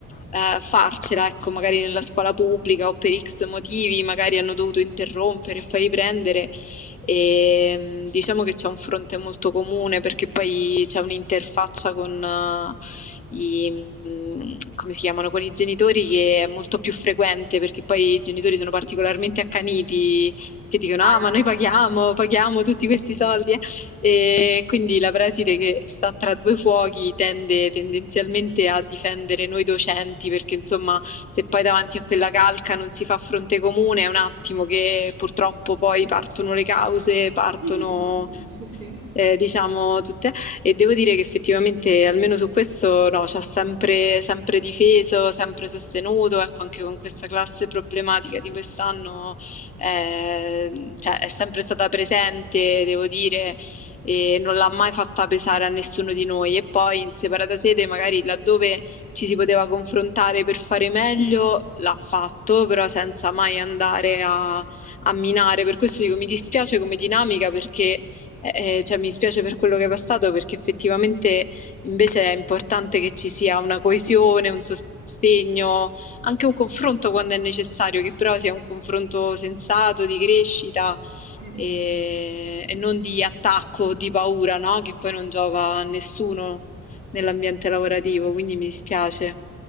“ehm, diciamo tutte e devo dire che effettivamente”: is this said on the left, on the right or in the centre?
Left